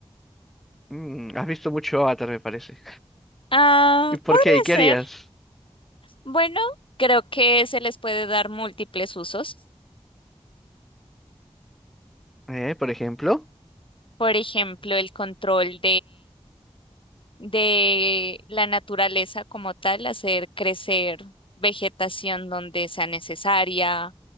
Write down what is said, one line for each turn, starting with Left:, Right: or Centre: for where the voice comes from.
Centre: Mm, has visto mucho Avatar, me parece.
Left: Ah,
Centre: ¿Y por
Left: podría
Centre: qué? ¿Y qué
Left: ser.
Centre: harías?
Left: Bueno, creo que se les puede dar múltiples usos.
Centre: ¿Eh? ¿Por ejemplo?
Left: Por ejemplo, el control de la naturaleza como tal, hacer crecer vegetación donde sea necesaria